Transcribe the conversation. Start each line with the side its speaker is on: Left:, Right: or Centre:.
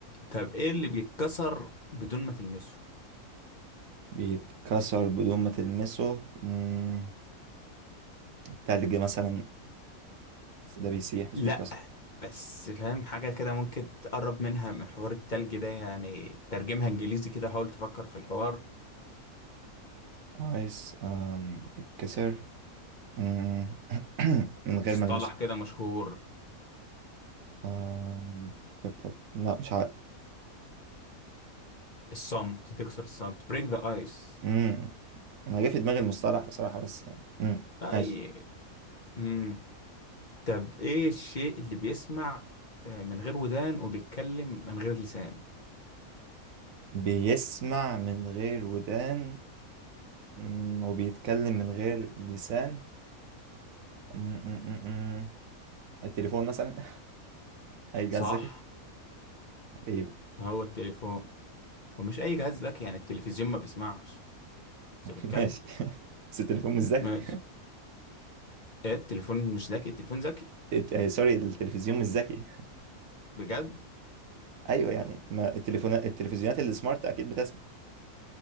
Left: طب ايه اللي بيتكسر بدون ما تلمسه
Right: بيتكسر بدون ما تلمسه مم. التلج مثلا بس ده بيسيح مش
Left: لا
Right: بيتكسر
Left: بس فاهم حاجه كده ممكن تقرب منها من حوار التلج ده يعني ترجمها انجليزي كده حاول تفكر في الحوار
Right: ايس آم، بيتكسر مم. <coughs> <clears throat> من غير
Left: مصطلح
Right: ما المسه
Left: كده مشهور
Right: آم، بب- بب- لا مش عارف
Left: الصمت تكسر الصمت بريك ذا ايس
Right: مم. انا جه في دماغي المصطلح بصراحة بس مم.
Left: طيب
Right: ماشي
Left: امم طب ايه الشيء اللي بيسمع آه، من غير ودان وبيتكلم من غير لسان
Right: بيسمع من غير ودان مم. وبيتكلم من غير لسان مم. مم. مم. مم. التليفون مثلا <laughs> اي جهاز
Left: صح
Right: ذكي إيه.
Left: هو التليفون ومش اي جهاز ذكي يعني التلفزيون ما بيسمعش بس
Right: <laughs>
Left: بيتكلم
Right: ماشي <laughs> بس التليفون مش ذكي
Left: ماشي إيه التليفون مش ذكي التليفون ذكي
Right: الت- آه، سوري التلفزيون مش ذكي
Left: بجد
Right: ايوه يعني ما التليفونات التلفزيونات اللي سمارت اكيد بتسمع